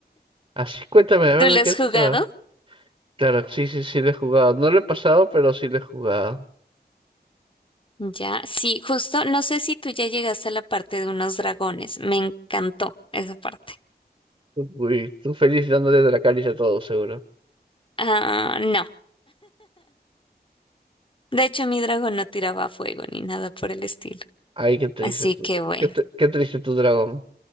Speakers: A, on the right (about 35°); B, on the left (about 30°).
A: Así, cuéntame, a ver,
B: ¿Tú
A: ¿de
B: lo
A: qué
B: has
A: se
B: jugado?
A: trata? Claro, sí, sí, sí, lo he jugado. No lo he pasado, pero sí lo he jugado.
B: Ya, sí, justo, no sé si tú ya llegaste a la parte de unos dragones, me encantó esa parte.
A: Uy, tú feliz dándole de la caricia a todos seguro.
B: Ah, no. De hecho, mi dragón no tiraba fuego ni nada por el estilo.
A: Ay, qué triste
B: Así
A: tu,
B: que bueno.
A: qué, tr- qué triste tu dragón.